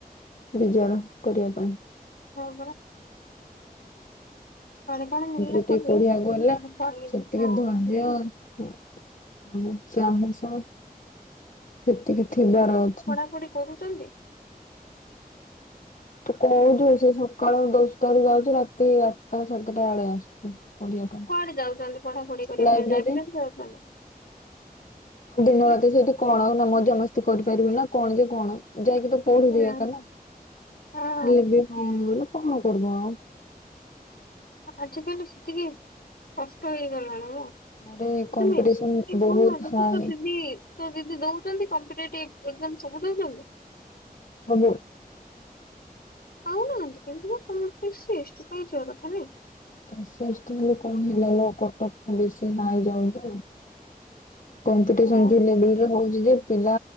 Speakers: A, on the left (about 55°); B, on the left (about 80°).
A: ବିଜୟାର କରିଆ ପାଇଁ।
B: ହଁ ପରା। ଘରେ କଣ ମିଳିଲେ
A: କମ୍ପିଟେଟିଭ୍
B: କରିବି
A: ପଢିଆକୁ ହେଲେ
B: କୁଆଡେ ପଳେଇବି
A: ସେତିକି
B: ହଁ
A: ଧର୍ଯ୍ୟ ଉୁଁ ଚାହୁଁ ଚାହୁଁ ସେତିକି ଥିବାର ଅଛି।
B: କୋଉଠି କରୁଚ଼ନ୍ତି?
A: ତୁ କହୁଚୁ ସେ ସକାଳୁ ଦଶ୍ ଟା ରୁ ଯାଉଚ଼ି ରାତି ଆଠଟା ସାତଟା ବେଳେ ଆସୁଚ଼ି ପଢିଆ ପାଇଁ।
B: କୁଆଡ଼େ ଯାଉଛନ୍ତି ପଢାପଢି କରିବା
A: ଲାଇବ୍ରେରୀ।
B: ପାଇଁ ଯାଉଛନ୍ତି
A: ଦିନ ରାତି ସେଇଠି କଣ ନା ମଜା ମସ୍ତି କରିପାରିବୁ ନା କଣ ଯେ କଣ। ଯାଇକି ତ ପଢୁଚି
B: କିଛି ନାହିଁ
A: ଏକା ନା ହେଲେ
B: ହଁ
A: ବି ହଁ ନ ବୋଇଲ କଣ କରିବ ଆଉ।
B: ଆଜିକାଲି ସେତିକି କଷ୍ଟ ହେଇଗଲାଣି ମୋ। <unintelligible>
A: ଆରେ କମ୍ପିଟିସନ
B: ଇ
A: ବହୁତ
B: ନୁହଁ ଦେଖୁଚ
A: ହାଏ
B: ଦିଦି ତ ଦିଦି ଦଉଚନ୍ତି କମ୍ପିଟେଟିଭ୍ ଏକ୍ଜାମ୍ ସବୁ ଦଉଚନ୍ତି?
A: ହବ
B: ପାଉନାହାନ୍ତି କିନ୍ତୁ ତମରତ ସେଏସ୍‌ଟି ପାଇ ଯିବା କଥା ନାଇଁ।
A: ତସ୍ଏସଟି ହେଲେ କଣ ହେଲାଲୋ କଟକତ ବେଶୀ ନାଇଁ ଯାଉଚି। କମ୍ପିଟେସନ୍
B: ହଁ
A: ଯୋଉ ଲେବୁଲ୍ ରେ ହଉଚିଯେ ପିଲା